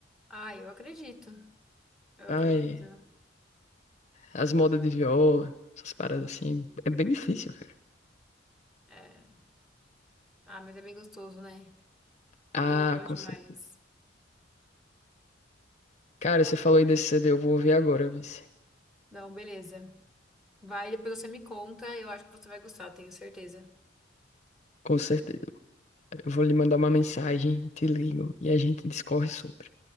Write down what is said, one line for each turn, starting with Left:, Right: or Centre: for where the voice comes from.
Centre: Ah, eu acredito. Eu
Left: Ai,
Centre: acredito.
Left: as modas de viola, essas paradas assim, é bem difícil, cara.
Centre: É. Ah, mas é bem gostoso, né?
Left: Ah,
Centre: Eu gosto
Left: com
Centre: demais.
Left: certeza. Cara, você falou aí desse CD, eu vou ouvir agora, vice.
Centre: Não, beleza. Vai, depois você me conta. Eu acho que você vai gostar, tenho certeza.
Left: Com certeza. Eu vou lhe mandar uma mensagem, te ligo e a gente discorre sobre.